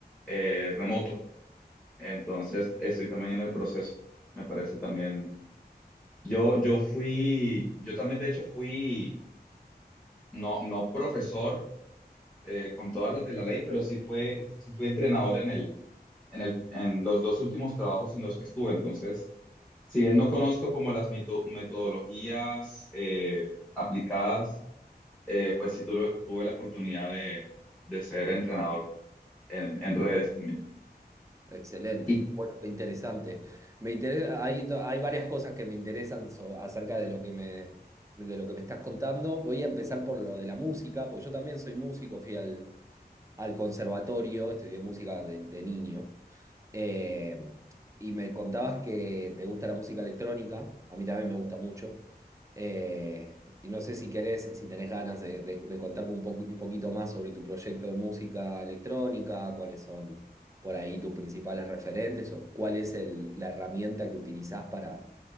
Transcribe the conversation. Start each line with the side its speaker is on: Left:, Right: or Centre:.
Centre: eh, remoto, entonces estoy también en el proceso. Me parece también, yo, yo fui, yo también de hecho fui, no, no profesor eh, con todas las de la ley, pero sí fue, sí fui entrenador en el en el, en los dos últimos trabajos en los que estuve. Entonces, si bien no conozco como las mito- metodologías eh, aplicadas, eh, pues sí tuve, tuve la oportunidad de, de ser entrenador en, en redes también.
Right: Excelente,
Centre: Y
Right: qué bueno, qué interesante. Me interesa, hay, do- hay varias cosas que me interesan so- acerca de lo que me, de lo que me estás contando. Voy a empezar por lo de la música, porque yo también soy músico, fui al, al conservatorio, estudié música de, de niño. Eh, y me contabas que te gusta la música electrónica, a mí también me gusta mucho. Eh, y no sé si querés, si tenés ganas de, de- de contarme un, po- un poquito más sobre tu proyecto de música electrónica, cuáles son por ahí tus principales referentes o cuál es el- la herramienta que utilizás para,